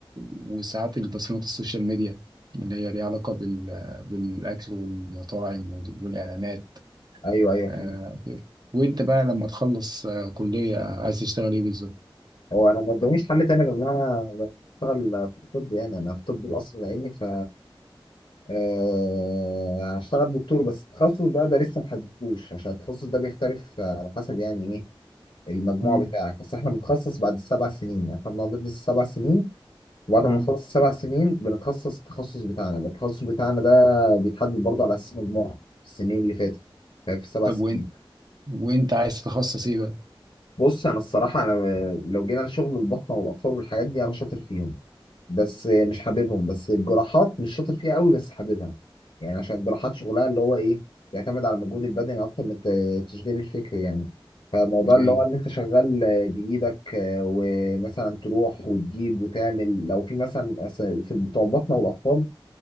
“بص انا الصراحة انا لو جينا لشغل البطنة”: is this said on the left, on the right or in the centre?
Left